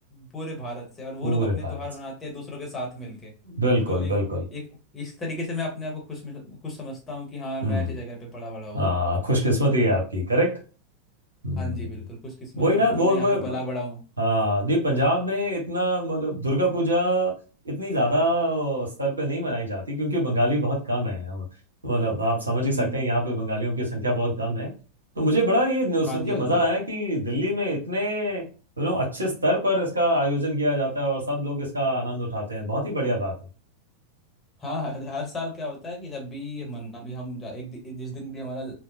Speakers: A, on the left; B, on the right.
A: पूरे भारत से और वो
B: पूरे
A: लोग अपने
B: भारत
A: त्योहार
B: से
A: मनाते हैं दूसरों के साथ मिलके
B: बिल्कुल
A: तो एक
B: बिल्कुल
A: एक इस तरीके से मैं अपने आप को खुश खुश समझता हूँ कि हाँ
B: हम्म
A: मैं ऐसी जगह पे पला बड़ा हूँ
B: हाँ खुशकिस्मती है आपकी करेक्ट हम्म
A: हाँ जी बिल्कुल खुशकिस्मत
B: वही
A: हूँ
B: ना
A: कि
B: वो
A: मैं यहाँ
B: वो-
A: पे पला बड़ा हूँ
B: हाँ नहीं पंजाब में इतना मतलब दुर्गा पूजा इतनी ज्यादा स्तर पे नहीं मनाई जाती क्योंकि बंगाली बहुत कम है हम मतलब आप समझ ही
A: हम्म
B: सकते हैं यहाँ पे बंगालियों की संख्या बहुत कम है तो मुझे बड़ा ये न्यूज़
A: हाँ
B: सुन
A: जी
B: के मजा
A: हाँ जी
B: आया कि दिल्ली में इतने यू नो अच्छे स्तर पर इसका आयोजन किया जाता है और सब लोग इसका आनंद उठाते हैं बहुत ही बढ़िया बात है
A: हाँ हर साल क्या होता है कि जब भी मन अभी हम जा, एक दि- जिस दिन भी हमारा